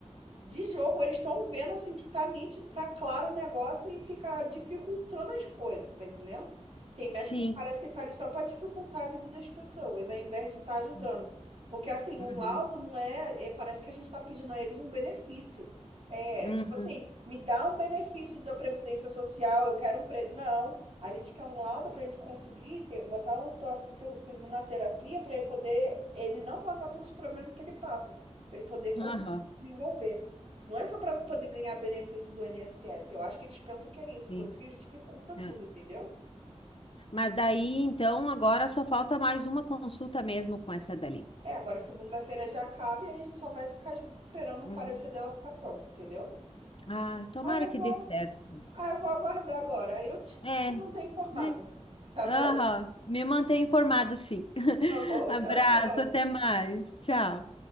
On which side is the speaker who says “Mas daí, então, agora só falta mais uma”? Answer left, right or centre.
Left